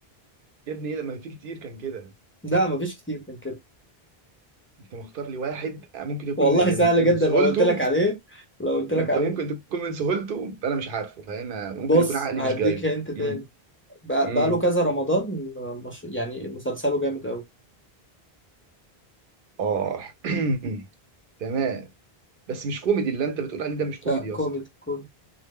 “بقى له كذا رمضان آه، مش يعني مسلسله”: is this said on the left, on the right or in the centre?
Left